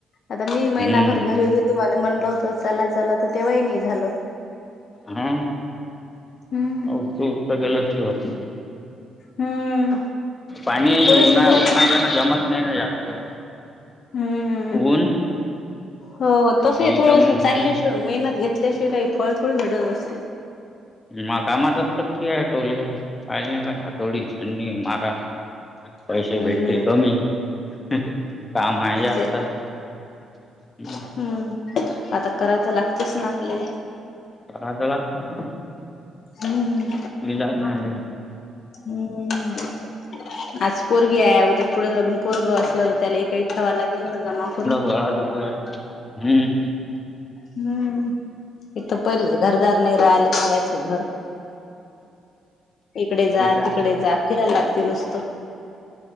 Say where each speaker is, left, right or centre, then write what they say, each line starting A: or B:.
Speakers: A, on the left; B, on the left.
A: आता मी महिनाभर
B: हम्म
A: घरी तुम्हाला म्हणल होत चला चला तर तेव्हाही नाही झालं.
B: हा
A: हम्म.
B: उठत उठत गेलं तरी होत
A: हम्म
B: पाणी हे
A: थोडीशी
B: उना
A: मेहनत
B: उन ज ना जम नाही ना जास्त
A: हम्म.
B: ऊन
A: हो तस
B: इथं
A: थोडंस
B: मग
A: चालल्याशिवाय
B: हम्म
A: मेहनत घेतल्याशिवायही फळ थोडी भेटत असते.
B: मग कामात असत किती आहे टोले पाहिले का हातोडी छणी मारा पैसे
A: हम्म
B: भेटते कमी काम आहे जास्त.
A: ते
B: ह. <unintelligible>
A: हम्म आता कराय चला लागतेच ना आपल्याले.
B: पराज लागत. <unintelligible>
A: हम्म.
B: हिला नाय
A: हम्म आज पोरगी आहे उद्या पुढे जाऊन पोरग असलं तर त्याला काही ठेवाव लागेल जमा करून.
B: ळा लोक आहे. <unintelligible> हम्म.
A: हम्म इथं पहिलंच घरदार नाही राहिले भाड्याचं घर. इकडे जा
B: तेच
A: तिकडे
B: आहे
A: जा फिरायला लागते नुसतं.